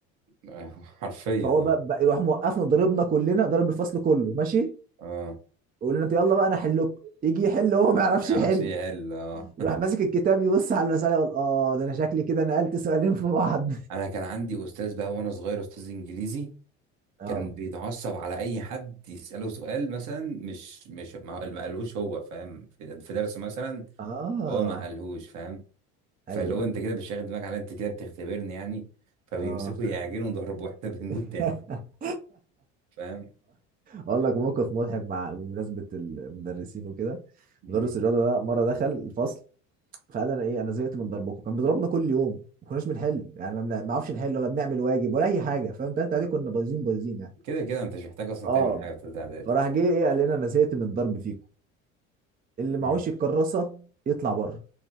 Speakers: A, on the right (about 60°); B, on the right (about 25°).
A: أيوة، <laughs> حرفيا
B: فهو
A: اه
B: بقى, بقى يروح موقفنا ضربنا كلنا ضرب الفصل كله ماشي
A: اه
B: يقول لنا يلا بقى انا احل لكم يجي يحل هو ما يعرفش
A: ما يعرفش
B: يحل
A: يحل اه
B: يروح ماسك الكتاب يبص على المساله يقول اه ده انا شكلي كده نقلت سؤالين في بعض
A: انا كان عندي استاذ بقى وانا صغير استاذ انجليزي
B: <laughs> اه
A: كان بيتعصب على اي حد يساله سؤال مثلا مش مش ما ما قالهوش هو فاهم في في درس مثلا
B: اه
A: هو ما قالهوش فاهم فاللي
B: ايوه
A: هو
B: ايوه
A: انت كده بتشغل دماغك على انت كده بتختبرني يعني فبيمسكوا
B: اه
A: يعجنوا ضرب واحنا بنموت
B: <laughs>
A: <laughs> ضحك فاهم
B: اقول لك موقف مضحك مع بمناسبه المدرسين وكده
A: مم.
B: مدرس الرياضه ده مره دخل الفصل فقال انا ايه انا زهقت من ضربكم كان بيضربنا كل يوم ما كناش بنحل يعني ما بنع- ما نعرفش نحل ولا بنعمل واجب ولا اي حاجه فاهم تالتة عادي كنا بايظين بايظين يعني
A: كده كده انت مش محتاج اصلا
B: اه
A: تعمل حاجه في تالتة اعدادي
B: فراح جه ايه قال لنا انا زهقت من الضرب فيكم اللي معهوش
A: مم.
B: الكراسه يطلع بره